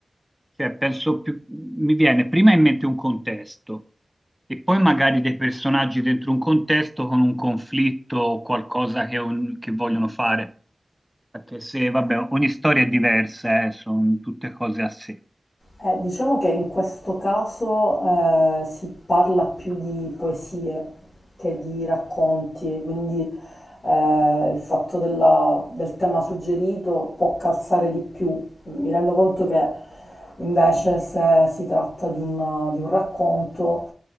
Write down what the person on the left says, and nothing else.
Eh, diciamo che in questo caso eh, si parla più di poesie che di racconti, quindi eh, il fatto della- del tema suggerito può calzare di più. Mi rendo conto che invece se si tratta di un, di un racconto